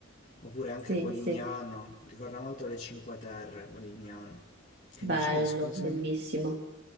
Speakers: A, on the left; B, on the right.
A: Oppure anche
B: Sì,
A: Polignano,
B: sì,
A: ricorda molto le Cinque Terre, Polignano. Che
B: bello,
A: dicevi, scusami?
B: bellissimo.